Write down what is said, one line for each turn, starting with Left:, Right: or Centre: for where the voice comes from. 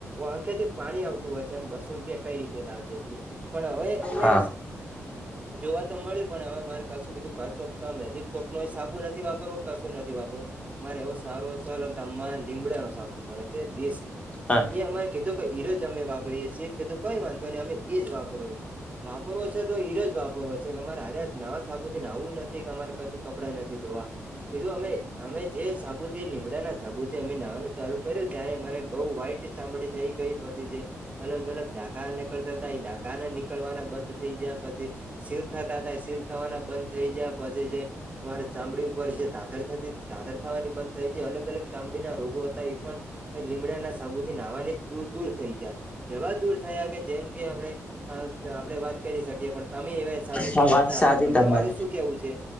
Right: આંખેથી પાણી આવતું હોય છે એમ બસો રૂપિયા કઈ રીતે લીએ છે પણ હવે અમને
Left: હા
Right: જોવા તો મળ્યું પણ હવે માર કરશું કીધું ઘર ચોક મેજીિક સોપ સાબુ નથી વાપરવું કશું નથી વાપરવું મારે એવો સારું છાલ ગામ માં લીમડા નો સાબુ મળે છે દેશી
Left: હા
Right: એ અમારે કીતો કે ઈરોજ અમે વાપ રીએ છીએ કઈ વાંધો નઈ અમે એજ વાપરવો વાપરવો હે તો એરોજ છે અમારે અરે નવા સાબુ નાવું નથી કે અમારે કશું કપડાં નથી ધોવા. કીધું અમે અમે જે સાબુથી લીમડાના સાબુ થી અમે નહવાનું ચાલુ કર્યું ત્યારે મારે બઉ વ્હાઈટ ચામડી થઈ ગઈ પછી અલગ અલગ ઢાકા નીકળતા હતા એ ડાઘા નીકળવાના બંધ થઈ ગયા પછી સીલ થતા થાય સીલ થવાના બંધ થઈ ગયા પછી જે મારે ચામડી ઉપર જે ધાધર થતી ધાધર થવાની બંધ થઈ છે અલગ અલગ ચામડીના રોગો હતા એ પણ લીમડાના સાબુથી નાહવાની દૂર દૂર થઈ જયા એવા દૂર થયા કે જેમ કે આપણે આપડણે વાત કરી શકીએ પણ તમે એ સાબુથી
Left: હા
Right: નાતા
Left: વાત સાચી
Right: હશો પણ તમાર
Left: તમારી
Right: શું કેવું છે.